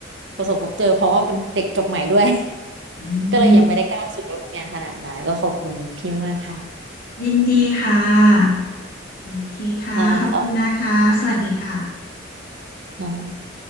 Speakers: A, on the right (about 65°); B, on the left (about 50°).
A: ประสบพบเจอเพราะว่าเป็นเด็กจบใหม่ด้วย <laughs>
B: อืม
A: ก็เลยยังไม่ได้ก้าวสู่โลกทำงานขนาดนั้นก็ขอบคุณพี่มากค่ะ
B: ยินดีค่ะโอเคค่ะขอบคุณนะคะสวัสดีค่ะ
A: ค่ะสวัสดีค่ะ